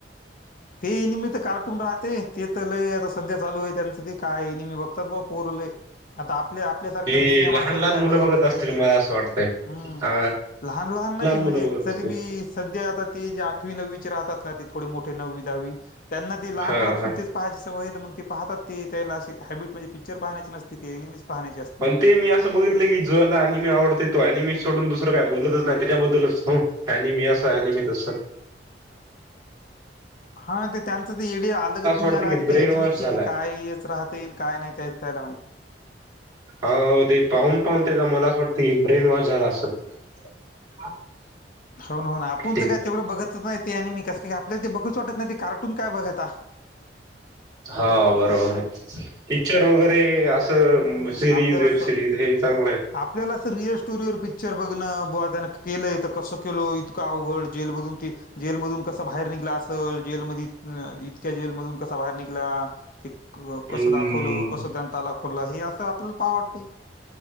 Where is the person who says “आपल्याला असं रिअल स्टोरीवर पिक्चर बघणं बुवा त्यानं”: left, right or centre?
Left